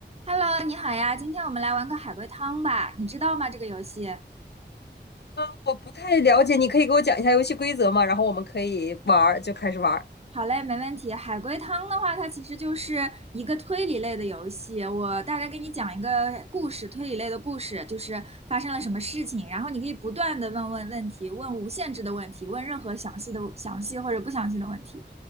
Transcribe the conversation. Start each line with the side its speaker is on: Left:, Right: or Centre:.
Right: Hello，你好呀，今天我们来玩个海龟汤吧，你知道吗？这个游戏？
Left: 呃，我不太了解，你可以给我讲一下游戏规则吗？然后我们可以玩儿，就开始玩儿。
Right: 好嘞，没问题。海龟汤的话，它其实就是一个推理类的游戏。我大概给你讲一个故事，推理类的故事，就是发生了什么事情，然后你可以不断的问问问题，问无限制的问题，问任何详细的详细或者不详细的问题，